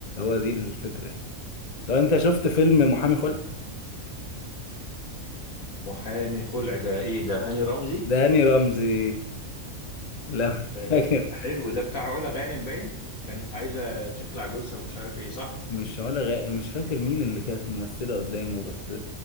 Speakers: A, on the left (about 35°); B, on the left (about 80°).
A: دي الفكره طب انت شفت فيلم محامي خلع
B: محامي خلع ده إيه ده هاني رمزي
A: داني رمزي لا
B: آه،
A: <laughs> فاكر
B: حلو ده بتاع علا غانم باين كانت عايزة تخلع جوزها ومش عارف إيه صح
A: مش علا غ... مش فاكر مين اللي كانت ممثله قدامه بس